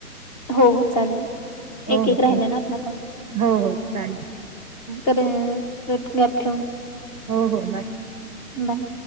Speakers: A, on the left (about 25°); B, on the right (about 25°).
A: हो हो चालेल.
B: हो
A: एक एक
B: हो
A: राहिला ना आपला
B: हो हो चालेल.
A: क गॅप ठेवून.
B: हो हो बाॅय.
A: बाय!